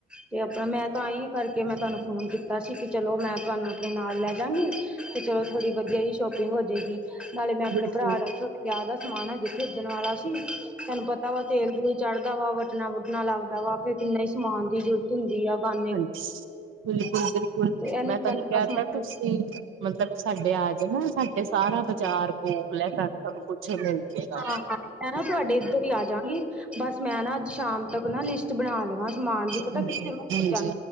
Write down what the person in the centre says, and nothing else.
ਤੇ ਆਪਣਾ ਮੈਂ ਤਾਂ ਹੀ ਕਰਕੇ ਮੈਂ ਤੁਹਾਨੂੰ ਫੋਨ ਕੀਤਾ ਸੀ ਕਿ ਚਲੋ ਮੈਂ ਤੁਹਾਨੂੰ ਆਪਣੇ ਨਾਲ ਲੈ ਜਾਗੀ ਤੇ ਚਲੋ ਥੋੜ੍ਹੀ ਵਧੀਆ ਹੀ ਸ਼ੋਪਿੰਗ ਹੋ ਜੇ ਗੀ ਨਾਲੇ ਮੈਂ ਆਪਣੇ
ਭਰਾ ਦਾ ਵਿਆਹ ਦਾ ਸਮਾਨ ਹਜੇ ਖਰੀਦਣ ਵਾਲਾ ਸੀ ਤੁਹਾਨੂੰ ਪਤਾ ਵਾ ਤੇਲ ਦਲ ਚੜ੍ਹਦਾ ਵਾ, ਵੱਟਣਾ-ਵੁਟਣਾ ਲੱਗਦਾ ਵਾ, ਫਿਰ ਕਿੰਨਾ ਹੀ ਸਮਾਨ ਦੀ ਜ਼ਰੂਰਤ ਹੁੰਦੀ ਆ। ਗਾਨ
ਤੇ ਇਹ ਨਿੱਕਾ
ਨਿੱਕਾ
ਸਮਾਨ
ਹਾਂ ਹਾਂ ਮੈਂ, ਨਾ ਤੁਹਾਡੇ ਇੱਧਰ ਹੀ ਆਂਜਾਗੀ, ਬਸ ਮੈਂ ਨਾ ਅੱਜ ਸ਼ਾਮ ਤੱਕ ਨਾ ਲਿਸਟ ਬਣਾ ਲਵਾਂ। ਸਮਾਨ ਦੀ ਪਤਾ
ਕਿ, ਕਿਥੇ